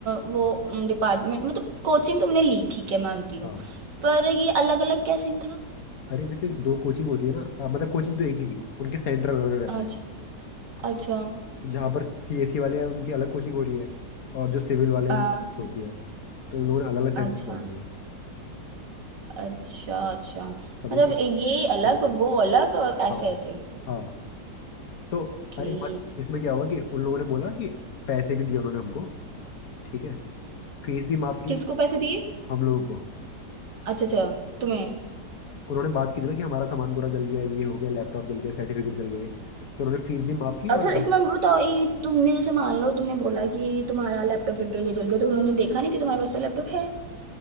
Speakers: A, on the right (about 80°); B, on the left (about 60°).
A: वो डिपार्टमेंट मतलब कोचिंग तुमने ली ठीक है मानती हूँ
B: हाँ
A: पर ये अलग अलग क्या सीन था
B: अरे जैसे दो कोचिंग होती है ना हाँ, मतलब कोचिंग तो एक ही थी उनके सेंटर अलग अलग रहते
A: अच्छा
B: हैं
A: अच्छा
B: तो जहाँ पर सीएसी वाले हैं उनकी अलग कोचिंग हो रही है और जो सिविल वाले
A: आ,
B: हैं उनकी होती है तो उन लोगों ने अलग अलग सेंटर
A: अच्छा
B: बनाए हुए हैं
A: अच्छा अच्छा मतलब
B: समझ गए
A: ये अलग
B: हाँ
A: वो अलग और ऐसे
B: हाँ
A: ऐसे
B: हाँ तो
A: कि
B: अरे मस्त इसमें क्या हुआ कि उन लोगों ने बोला कि पैसे भी दिए उन्होंने हमको ठीक है फीस भी माफ की
A: किसको पैसे दिए
B: हम लोगों को
A: अच्छा अच्छा तुम्हें
B: उन्होंने बात की थी ना कि हमारा सामान पूरा जल गया ये हो गया लैपटॉप जल गया सर्टिफिकेट जल गए तो उन्होंने फीस भी माफ की
A: अच्छा
B: और
A: एक मैं बताओ ये तुमने जैसे मान लो तुमने बोला कि तुम्हारा लैपटॉप जल गया ये जल गया तो उन्होंने देखा नहीं कि तुम्हारे पास तो लैपटॉप है